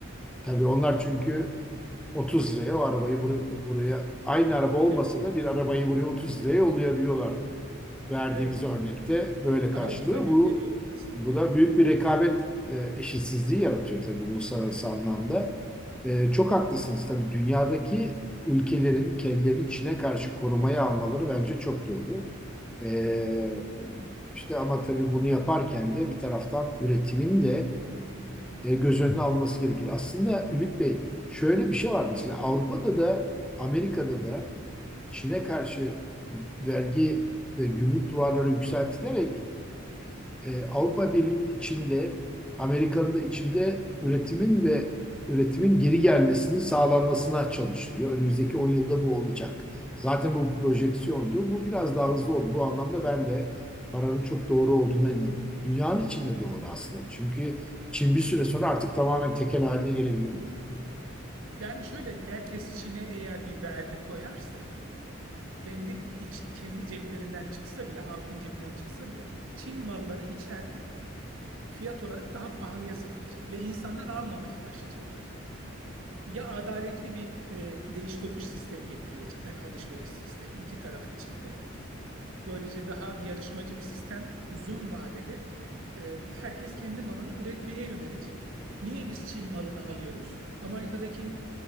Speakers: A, in the centre; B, on the right.
A: Tabii onlar çünkü 30 liraya o arabayı bur- buraya aynı araba olmasa
B: Evet,
A: da bir arabayı buraya 30 liraya yollayabiliyorlar. verdiğimiz
B: evet.
A: örnekte böyle karşılığı
B: Daha ucuza gönderiyorlar
A: Bu
B: aslında.
A: bu da büyük bir rekabet e, eşitsizliği yaratıyor tabii uluslararası anlamda. E, çok haklısınız tabii dünyadaki ülkelerin kendilerini içine karşı korumaya almaları bence çok doğru. E, işte ama tabii bunu yaparken de bir taraftan üretimin de e, göz önüne alması gerekir. Aslında Ümit Bey şöyle bir şey var mesela Avrupa'da da Amerika'da da Çin'e karşı vergi ve gümrük duvarları yükseltilerek e, Avrupa Birliği'nin içinde, Amerika'nın da içinde üretimin ve üretimin geri gelmesinin sağlanmasına çalışılıyor. Önümüzdeki 10 yılda bu olacak. Zaten bu projeksiyondu. Bu biraz daha hızlı oldu. Bu anlamda ben de kararın çok doğru olduğuna inanıyorum. Dünyanın içinde doğru aslında. Çünkü Çin bir süre sonra artık tamamen tekel haline gelebilir.
B: Yani şöyle herkes Çin'e eğer bir vergi koyarsa kendi iç, kendi ceplerinden çıksa bile, halkın cebinden çıksa bile Çin malları içeride fiyat olarak daha pahalıya satılacak ve insanlar almamaya başlayacaklar. Ya adaletli bir e, değiş tokuş sistemi getirilecek, hani alışveriş sistemi iki taraf içinde Böylece daha yarışmacı bir sistem uzun vadede e, herkes kendi malını üretmeye yönelecek. Niye biz Çin malını alıyoruz? Amerika'daki